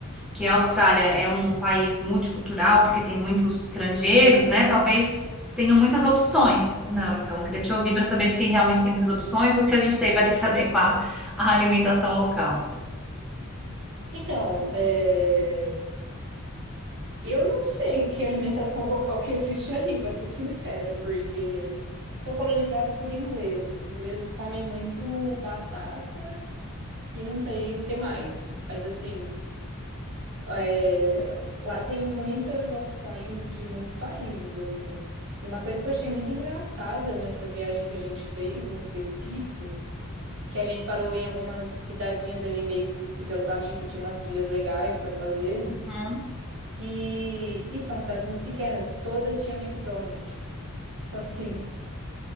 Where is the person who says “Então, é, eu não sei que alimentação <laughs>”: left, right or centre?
Right